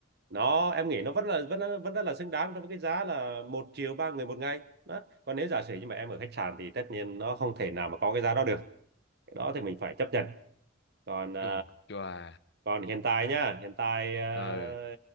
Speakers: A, on the right; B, on the left.
A: nó em nghĩ nó vẫn là vẫn là, vẫn rất là xứng đáng đối với cái giá là một triệu ba người một ngày đó còn nếu giả sử như mà em ở khách sạn thì tất nhiên nó không thể nào mà có cái giá đó được cái đó thì mình phải chấp nhận còn ờ,
B: chù chòa
A: còn hiện tại nhá hiện tại ờ,
B: ừ